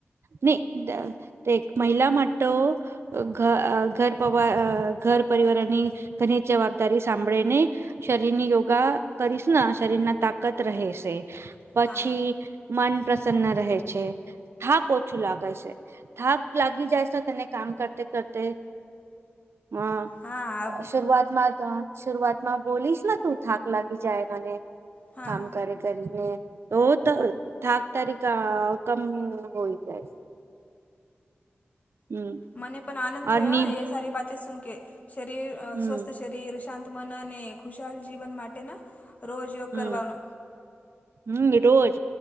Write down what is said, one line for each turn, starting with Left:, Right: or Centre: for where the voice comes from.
Right: નહી અ દેખ મહિલા માટો ઘ ઘર પવાર ઘર પરિવારની ઘનિત જવાબદારી સાંભળેને. શરીર ની યોગા કરીશ ના શરીર ના તાકત રહેશે પછી
Left: હા
Right: મન પ્રસન્ન રહેે છે. થાક ઓછું લાગે છે થાક લાગી જાય છે તને કામ કરતે કરતે હા
Left: હા
Right: શરૂઆતમાં તો. શરૂઆત માં બોલીશ ને તું થાક લાગી જાય મને
Left: હા
Right: કામ કરે કરીને તો તો થાક તારીખ અ કમ હોઈ જાય છે. હમ
Left: મને પણ આનંદ થયો
Right: અની
Left: હ એ સારી બાતે સુનકે શરીર અ
Right: હમ
Left: સ્વસ્થ શરીર શાંતમના અને ખુશાલ જીવન માટેના રોજ યોગ
Right: હમ
Left: કરવાનો
Right: હમ રોજ